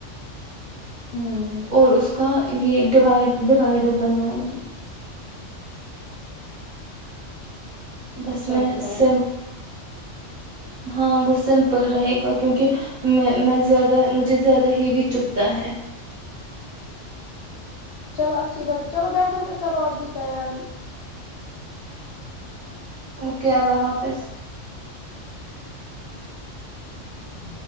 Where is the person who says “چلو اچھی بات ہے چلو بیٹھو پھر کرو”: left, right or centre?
Left